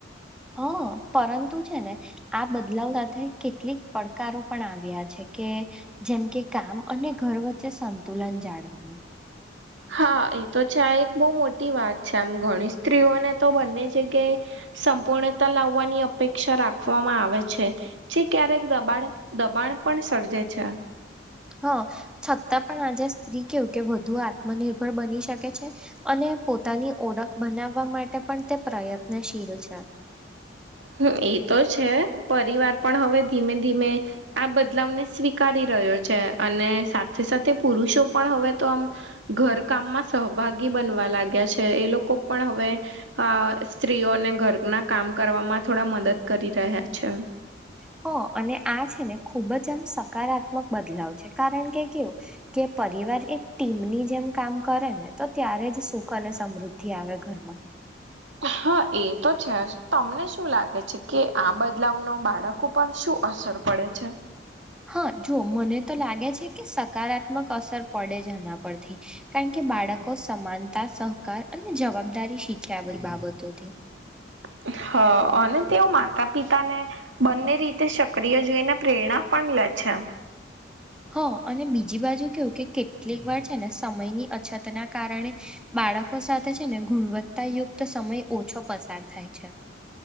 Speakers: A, in the centre; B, on the right (about 75°).
A: હ પરંતુ છે ને આ બદલાવ સાથે કેટલીક પડકારો પણ આવ્યા છે કે જેમ કે કામ અને ઘર વચ્ચે સંતુલન જાળવવું
B: હા એ તો છે આ એક બહુ મોટી વાત છે આમ ગણીશ સ્ત્રીઓને તો બંને જગ્યાએ સંપૂર્ણતા લાવવાની અપેક્ષા રાખવામાં આવે છે જે ક્યારેક દબાણ દબાણ પણ સર્જે છે
A: હા છતાં પણ આજે સ્ત્રી કેવું કે વધુ આત્મનિર્ભર બની શકે છે અને પોતાની ઓળખ બનાવવા માટે પણ તે પ્રયત્નશીલ છે
B: હ એ તો છે પરિવાર પણ હવે ધીમે ધીમે આ બદલાવને સ્વીકારી રહ્યો છે અને સાથે સાથે પુરુષો પણ હવે તો આમ ઘર કામમાં સહભાગી બનવા લાગ્યા છે એ લોકો લોકો પણ હવે અ સ્ત્રીઓને ઘરના કામ કરવામાં થોડા મદદ કરી રહ્યા છે
A: હ અને આ છે ને ખૂબ જ આમ સકારાત્મક બદલાવ છે કારણ કે કેવું કે વાર એક ટીમની જેમ કામ કરે ને તો ત્યારે જ સુખ અને સમૃદ્ધિ આવે ઘરમાં
B: હા એ તો છે તમને શું લાગે છે કે આ બદલાવ ન બાળક બાળક પર શું અસર પડે છે?
A: હા જો મને તો લાગે છે કે સકારાત્મક અસર પડે જના પરથી કારણ કે બાળકો સમાનતા સહકાર અને જવાબદારી શીખ્યા બધી બાબતોથી
B: હ હ અને તેઓ માતા પિતા ને બંને રીતે સક્રિય જોઈને પ્રેરણા પણ લે છે છા
A: હ અને બીજી બાજુ કેવું કે કેટલીક વાર છે ને સમયની અછત ના કારણે બાળક લોકો સાથે છે ને ગુણવત્તાયુક્ત સમય ઓછો પસાર થાય છે